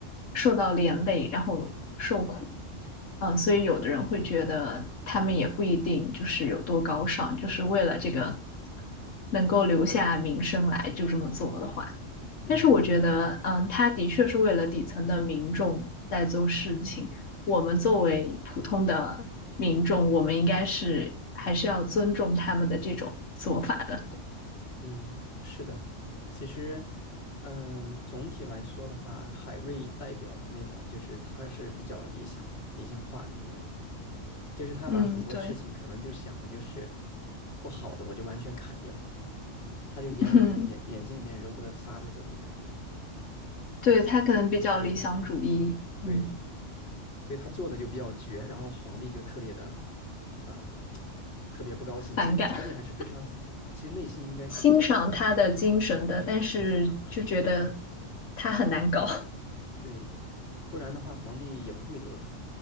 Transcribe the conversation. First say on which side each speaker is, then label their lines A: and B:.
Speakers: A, on the left (about 80°); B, on the left (about 55°).
A: 受到连累，然后。受。嗯，所以有的人会觉得他们也不一定就是有多高尚，就是为了这个能够留下名声来就这么做的话，
B: 嗯。
A: 但是我觉得，嗯，他的确是为了底层的民众在做事情。我们作为普通的民众，我们应该是还是要尊重他们的这种做法的。
B: 嗯，是的，其实，嗯，总体来说的话，海瑞代表的那种，就是他是比较理想的、理想化的一个人，就是他把很多事情可能就想的就是
A: 嗯，对，
B: 不好的，我就完全砍掉，他就眼里眼眼睛里面揉不得沙子这种感觉，
A: <laughs> 嗯，对，他可能比较理想主义，
B: 对对，
A: 嗯，
B: 所以他做的就比较绝，然后皇帝就特别的，嗯，特别不高兴。
A: 反感。
B: 其实皇帝还是非常，其实内心应该是非常喜欢他的，
A: 欣赏他的精神的，
B: 对，
A: 但是就觉得
B: 很欣赏他的。
A: 他很难搞。
B: 对，不然的话，皇帝也不会留他。